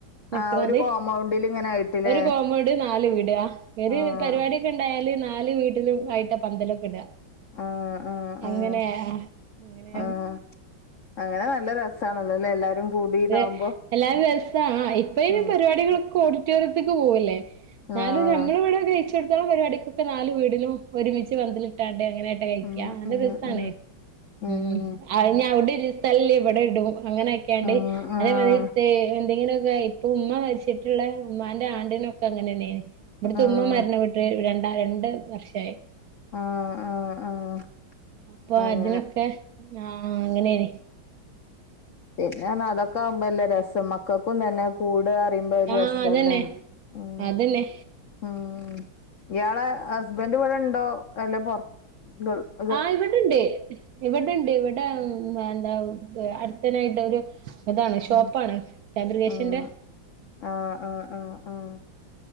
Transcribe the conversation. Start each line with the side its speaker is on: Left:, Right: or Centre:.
Right: നിക്കണത്
Left: ആഹ് ഒരു കോമ്പൗണ്ടില് ഇങ്ങനെ ആയിട്ടില്ലേ
Right: ഒരു കോമ്പോട് നാല് വീടാ ഒരു
Left: ആഹ്
Right: പരിപാടിയൊക്കെ ഉണ്ടായാല് നാല് വീട്ടിലും ആയിട്ട പന്തലൊക്കെ ഇടുക
Left: ആഹ് ആഹ്
Right: അങ്ങനെ
Left: ആഹ്
Right: അങ്ങനെ
Left: ആഹ് അങ്ങനെ നല്ല രസാണല്ലോല്ലേ എല്ലാരും കൂടി ഇതാവുമ്പോ
Right: അ എല്ലാരും നല്ല രസാ ആ ഇപ്പഅയ്‌ന്
Left: ഉം
Right: പരിപാടികളൊക്കെ ഓഡിറ്റോറിയത്തേക്ക് പോവല്ലേ നാല്
Left: ആഹ്
Right: നഞമ്മൾ ഇവിടെ കഴിച്ച കൊടുത്തോളം പരിപാടിക്കൊക്കെ നാല് വീടിലും ഒരുമിച്ച് പന്തൽ- അങ്ങനെട്ട കഴിക്ക
Left: ഉം ഉം
Right: ന രസാണ്
Left: ഉം ഉം
Right: ഇനി അവിടെയാ തല്ലല് ഇവിടെ ഇടും അങ്ങനെയൊക്കെയണ്ട്
Left: ഉം ആഹ്
Right: അതേ എന്തെങ്കിലുമൊക്കെ ഇപ്പൊ ഉമ്മ മരിച്ചിട്ടില്ല ഉമ്മാന്റെ ആണ്ടിനൊക്കെ അങ്ങനെന്നെന്- ഇവിടത്തുമ്മ
Left: ആഹ്
Right: മരണ പ്പെട്ടിട്ട് രണ്ടാ രണ്ട് വർഷമായി.
Left: ആഹ് ആഹ് ആഹ്
Right: അപ്പൊ
Left: അങ്ങനെ
Right: അതിനൊക്കെ ആഹ് അങ്ങനെയേ
Left: പിന്നെ അതൊക്കെ ആകുമ്പോ എല്ല രസം മക്കൾക്കും തന്നെ- കൂട് അറിയുമ്പോ ഒരു
Right: ആഹ്
Left: രസല്ലേ
Right: അതന്നെ
Left: ഉം
Right: അതന്നെ
Left: ഇയാളെ ഹസ്ബൻഡ ഇവിടെ ഉണ്ടോ? അല്ല പുറത്തോ
Right: ആ ഇവിടെണ്ട്. ഇവിടെണ്ട് ഇവിടെ എന്താ അടുത്തനായിട്ട് ഒരു അതാണ് ഷോപ്പാണ്
Left: ഉം
Right: ഫാബ്രിഫേഷൻ്റ-
Left: ആഹ് ആഹ് ആഹ് ആഹ് ആഹ്